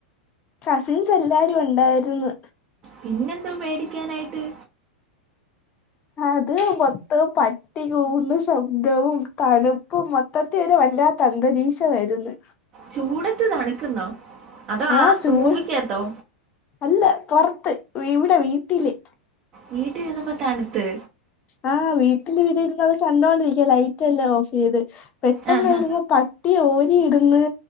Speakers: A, on the left; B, on the right.
A: കസിൻസ് എല്ലാരും ഉണ്ടായിരുന്ന്
B: പിന്നെന്തോ പേടിക്കാനായിട്ട്
A: അത് മൊത്തം പട്ടികൂവുന്ന ശബ്ദവും തണു പ്പും മൊത്തത്തില് ഒര് വല്ലാത്ത അന്തരീക്ഷമായിരുന്നു
B: ചൂടത്ത് തണുക്കുന്നോ അതോ
A: ആഹ
B: ആ
A: ചൂട്
B: മൂവിക്കകത്തോ
A: അല്ല പുറത്ത് ഇവിടെ വീട്ടില്
B: വീട്ടി ഇരുന്നപ്പൊ തണുത്ത്
A: ആഹ് വീട്ടില് ഇവിടെ ഇര്ന്ന് അത് കണ്ടോണ്ടിരിക്ക ലൈറ്റ് എല്ലാം ഓഫ് ചെയ്ത് പെട്ടെന്നുണ്ടന്ന്
B: ആ ഹാ
A: പ ട്ടി ഓരിയിട്ന്ന്